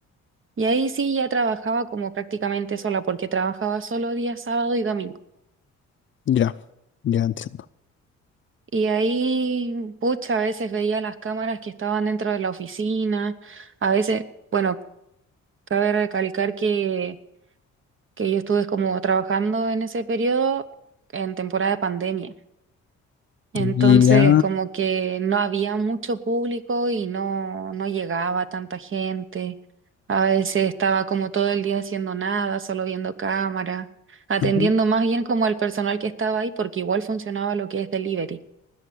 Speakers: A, on the right; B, on the left.
A: Y ahí sí ya trabajaba como prácticamente sola, porque trabajaba solo día sábado y domingo.
B: Ya, ya entiendo.
A: Y ahí, pucha, a veces veía las cámaras que estaban dentro de la oficina, a veces, bueno, cabe recalcar que que yo estuve como trabajando en ese periodo en temporada de pandemia. Entonces,
B: Ya,
A: como que no había mucho público y no, no llegaba tanta gente. A veces estaba como todo el día haciendo nada, solo viendo cámara, atendiendo
B: ujú,
A: más bien como al personal que estaba ahí, porque igual funcionaba lo que es delivery.